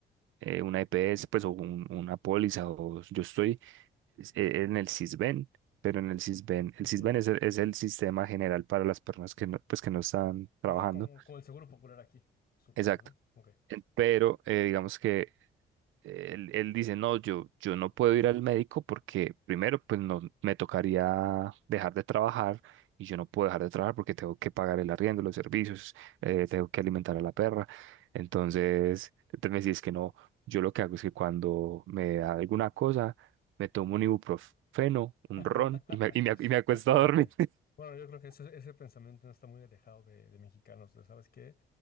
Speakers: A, on the right; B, on the left.
A: eh, una EPS, pues, o un- una póliza, o yo estoy es- eh, en el Sisbén, pero en el Sisbén,
B: ok.
A: el Sisbén es, el- es el sistema general para las personas que no, pues, que no están trabajando.
B: Ajá, como, como el seguro popular aquí, supongo,
A: Exacto.
B: ¿no? Ok.
A: En- Pero eh, digamos que él, él dice, no, yo, yo no puedo ir al médico porque primero, pues no, me tocaría dejar de trabajar y yo no puedo dejar de trabajar porque tengo que pagar el arriendo, los servicios, eh, tengo que alimentar a la perra. Entonces, entonces me decía, es que no, yo lo que hago es que cuando me da alguna cosa, me tomo un ibuprofeno, un
B: <laughs>
A: ron y me, y me, ac- y me acuesto
B: Ok,
A: a
B: ok.
A: dormir. <laughs>
B: Bueno, yo creo que ese, ese pensamiento no está muy alejado de, de mexicanos, ¿no? ¿sabes qué?